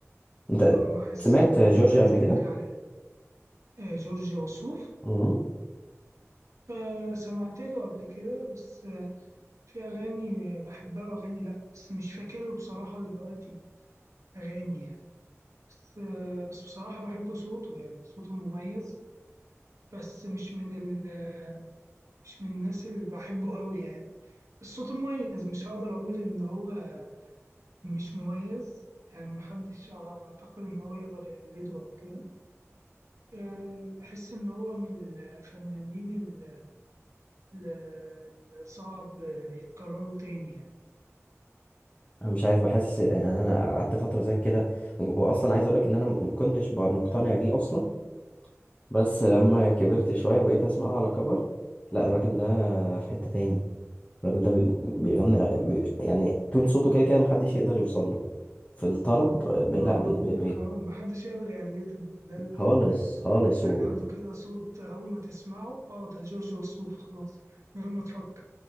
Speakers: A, on the left (about 25°); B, on the right (about 75°).
A: أنت
B: اه حاسس
A: سمعت
B: إن
A: جورجيا
B: أنت عايز
A: قبل
B: ترجع
A: كده؟
B: لجورج وسوف
A: مم.
B: آه، سمعت له قبل كده بس آه، في أغاني بحبها وأغاني لأ بس مش فاكر له بصراحة دلوقتي أغاني يعني بس آه، بس بصراحة بحب صوته يعني صوته مميز بس مش من ال آه، مش من الناس اللي بحبه قوي يعني الصوت مميز مش هقدر أقول إن هو مش مميز يعني محدش أعتقد إن هو يقدر يقلده أو كده آه، بحس إن هو من الفنانين ال- ال- الصعب يتكرروا تاني يعني
A: انا مش عارف بحس يعني انا قعدت فتره زي كده و- واصلا عايز اقول لك ان انا ما كنتش ب- مقتنع بيه اصلا بس لما كبرت شوية بقيت اسمعه على كبر لا الراجل ده في حتة تاني الراجل ده بي- بيغني بي- يعني تون صوته كده كده محدش يقدر يوصل له في الطرب ب...
B: أنا
A: لا ب...
B: بقول
A: ب...
B: لك
A: ب...
B: أهو محدش يقدر يقلده ده اللي
A: خالص
B: بقول لك
A: خالص
B: يعني
A: و...
B: عنده كده صوت أول ما تسمعه أه ده جورج وسوف خلاص من غير ما تفكر